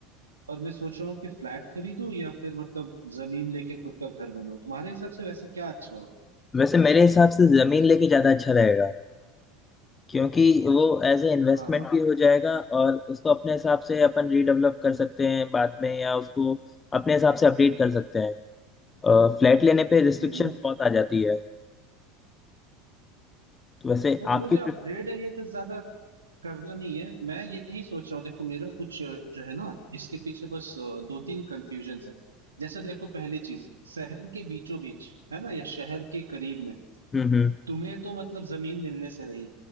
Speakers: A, on the right; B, on the left.
A: और मैं सोच रहा हूँ कि फ्लैट खरीदूं या फिर मतलब जमीन लेके खुद का घर बनाऊं तुम्हारे हिसाब से वैसे क्या अच्छा होता
B: वैसे मेरे हिसाब से जमीन लेके ज्यादा अच्छा रहेगा क्योंकि वो एज ए इन्वेस्टमेंट
A: हाँ हाँ
B: भी हो जाएगा और उसको अपने हिसाब से अपन रीडेवलप कर सकते हैं बाद में या उसको अपने हिसाब से अपडेट कर सकते हैं फ्लैट लेने पे रिस्ट्रिक्शन
A: हम्म हम्म।
B: बहुत आ जाती है तो वैसे
A: देखो मुझे
B: आपकी प्रिफ-
A: अपग्रेड है ये तो ज्यादा करना नहीं है मैं यही सोच रहा हूँ देखो मेरा कुछ अ, जो है ना इसके पीछे बस अ, दो तीन कंफ्यूजन है जैसे देखो पहली चीज शहर के बीचों बीच है ना या शहर के करीब में
B: हम्म हम्म
A: तुम्हें तो मतलब जमीन मिलने से रही